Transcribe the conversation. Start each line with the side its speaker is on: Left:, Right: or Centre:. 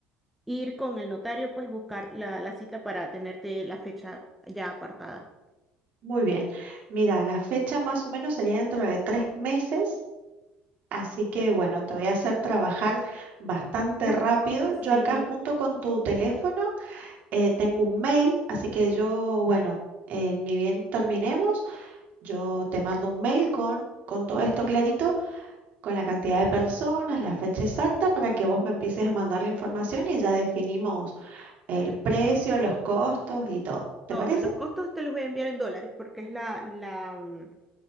Centre: ir con el notario, pues buscar la, la cita para tenerte la fecha ya apartada.
Right: Muy bien. Mira, la fecha más o menos sería dentro de tres meses. Así que
Centre: Ya.
Right: bueno, te voy a hacer trabajar bastante
Centre: <laughs>
Right: rápido.
Centre: Sí,
Right: Yo acá junto con tu teléfono eh, tengo un mail, así que yo, bueno, eh, ni bien terminemos, yo te mando un mail con, con todo esto clarito, con la cantidad de personas, la fecha exacta, para que vos me empieces a mandar la información y ya definimos el precio, los costos y todo. ¿Te
Centre: todo.
Right: parece?
Centre: Los costos te los voy a enviar en dólares porque es la, la, mm,